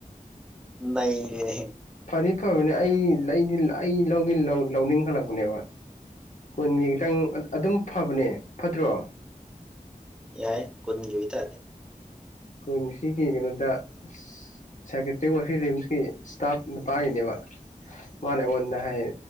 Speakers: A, in the centre; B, on the left.
A: ꯅꯩꯔꯦꯅꯦꯍꯦ
B: ꯐꯗꯤ ꯐꯕꯅꯦ ꯑꯩ ꯂꯩꯗꯤ ꯑꯩ ꯂꯧꯗꯤ ꯂꯧꯅꯤꯡꯈꯜꯂꯛꯄꯅꯦꯕ ꯀꯨꯟꯒꯤ ꯈꯤꯇꯪ ꯑꯗꯨꯝ ꯐꯕꯅꯦ ꯐꯠꯇ꯭ꯔꯣ
A: ꯌꯥꯏ ꯀꯨꯟꯒꯤ ꯑꯣꯏꯇꯥꯔꯗꯤ
B: ꯀꯨꯟꯁꯤꯒꯤ ꯀꯩꯅꯣꯗ ꯑꯁ ꯁꯥꯏꯀꯦꯇꯔꯤꯛ ꯔꯤꯝꯁꯀꯤ ꯏꯁꯇꯥꯞ ꯅꯨꯄꯥꯒꯤꯅꯦꯕ ꯃꯥꯅ ꯑꯩꯉꯣꯟꯗ ꯍꯥꯏꯌꯦ